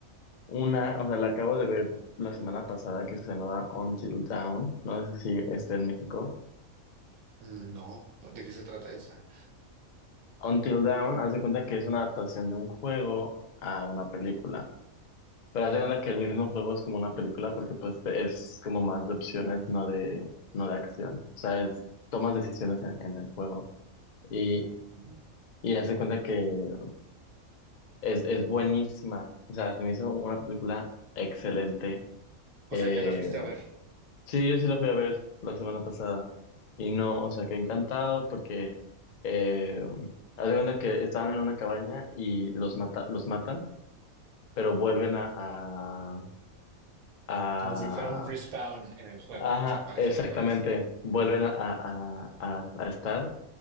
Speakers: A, on the left; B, on the right.
A: una, o sea, la acabo de ver la semana pasada que se llamaba Until Dawn, no sé si está en México.
B: Mm, No, no, ¿de qué se trata esa?
A: Until Dawn, hace cuenta que es una adaptación de un juego a una película. Pero hace cuenta que el mismo juego es como una película porque pues te- es como más de opciones, no de, no de acción. O sea, es, tomas decisiones en, en el juego y,
B: Ah.
A: y hace cuenta que es, es buenísima. O sea, se me hizo una película excelente.
B: O
A: Eh,
B: sea, ya la fuiste a ver,
A: sí, yo sí la fui a ver la semana pasada y no, o sea, que encantado porque eh, haz de cuenta que estaban en una cabaña y los mata, los matan, pero vuelven a, a, a
B: como si fuera un respawn en el juego,
A: Ajá,
B: o sea, apareces
A: exactamente.
B: otra vez.
A: Vuelven a, a- a- a estar